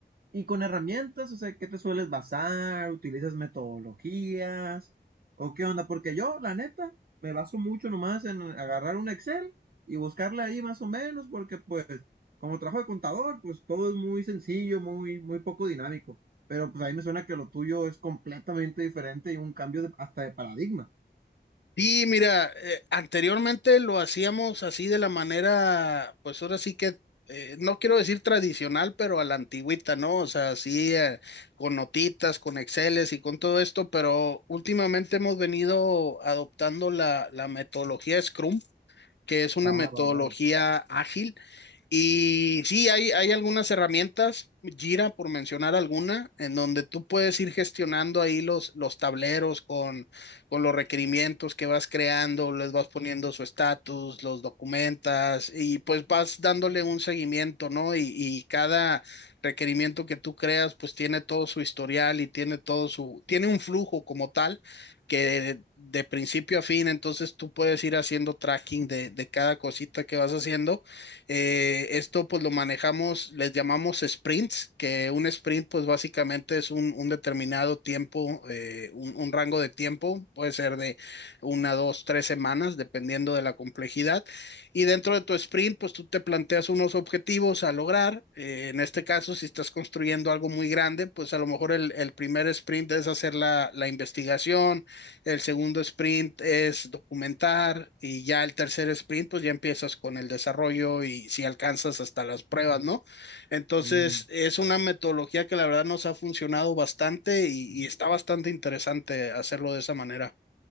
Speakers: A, on the right; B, on the left.
A: Y con herramientas, o sea, ¿qué te sueles basar? ¿Utilizas metodologías? ¿O qué onda? Porque yo, la neta, me baso mucho nomás en agarrar un Excel y buscarle ahí más o menos, porque pues, como trabajo de contador, pues todo es muy sencillo, muy, muy poco dinámico. Pero pues ahí me suena que lo tuyo es completamente diferente y un cambio de- hasta de paradigma.
B: sí, mira, eh, anteriormente lo hacíamos así de la manera, pues ahora sí que, eh, no quiero decir tradicional, pero a la antigüita, ¿no? O sea, así eh, con notitas, con Exceles y con todo esto, pero últimamente hemos venido adoptando la, la metodología Scrum. que es una
A: Va,
B: metodología
A: va, va.
B: ágil. Y sí, hay, hay algunas herramientas, Jira por mencionar alguna, en donde tú puedes ir gestionando ahí los, los tableros con, con los requerimientos que vas creando, les vas poniendo su estatus, los documentas y pues vas dándole un seguimiento, ¿no? Y, y cada requerimiento que tú creas pues tiene todo su historial y tiene todo su, tiene un flujo como tal que de, de principio a fin, entonces tú puedes ir haciendo tracking de, de cada cosita que vas haciendo. Eh, esto pues lo manejamos, les llamamos sprints, que un sprint pues básicamente es un, un determinado tiempo, eh, un, un rango de tiempo, puede ser de una, dos, tres semanas, dependiendo de la complejidad. Y dentro de tu sprint pues tú te planteas unos objetivos a lograr. Eh, en este caso, si estás construyendo algo muy grande, pues a lo mejor el, el primer sprint es hacer la la investigación el segundo sprint es documentar y ya el tercer sprint, pues ya empiezas con el desarrollo y si alcanzas hasta las pruebas, ¿no? Entonces,
A: Ujú.
B: es una metodología que la verdad nos ha funcionado bastante y, y está bastante interesante hacerlo de esa manera.